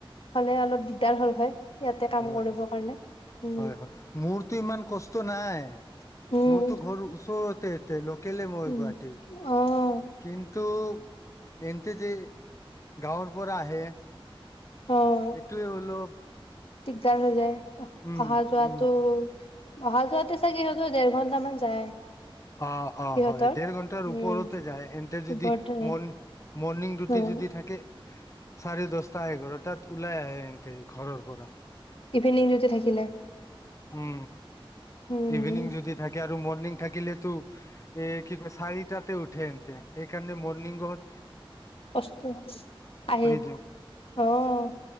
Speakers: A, on the left (about 80°); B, on the left (about 35°).
A: হলে অলপ দিগদাৰ হল হয় ইয়াতে কাম
B: হয়
A: কৰিবৰ
B: হয়
A: কাৰণে। উম,
B: হয় হয় মোৰটো ইমান কষ্ট নাই
A: উম,
B: মোৰতো ঘৰ ওচৰতে লোকেলে মই
A: উম,
B: গুৱাহাটীৰ
A: অ',
B: কিন্তু এনকে যে গাঁৱৰ পৰা আহে
A: অঁ
B: এইটোৱে অলপ
A: দিগদাৰ হৈ যায়
B: উম
A: অহা যোৱাটো
B: উম
A: অহা যোৱাতে চাগে ইহতৰ দেৰ ঘণ্টা মান যায়
B: অঁ অঁ
A: সিহঁতৰ।
B: হয় দেৰ ঘন্টাৰ ওপৰতে
A: উম,
B: যায়, এন্ত যদি
A: ওপৰতে
B: ম মৰ্ণিং দিউটি
A: অ'
B: যদি থাকে চাৰে দহটা এঘাৰটাত ওলাই আহে এনকে ঘৰৰ পৰা
A: ইভিনিং যদি থাকিলে
B: উম
A: উম
B: ইভিনিং যদি থাকে আৰু মৰ্নিং থাকিলেতো এ কি কয় শাৰী তাতে উঠে ইহঁতে সেইকাৰণে মৰ্নিং ৱক
A: কষ্ট আহ
B: দিওঁ
A: অঁ